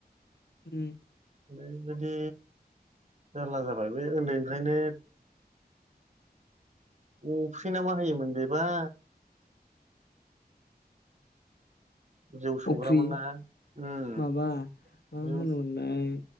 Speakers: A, on the left; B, on the right.
A: उम।
B: ओरै बायदि जारला जाबाय बे उन्दैनिफ्रायनो अफ्रि ना मा होयोमोन बेबा जौ संग्रा
A: अफ्रि
B: मोनना उह
A: माबा मा
B: जौ
A: होनोमोनलाय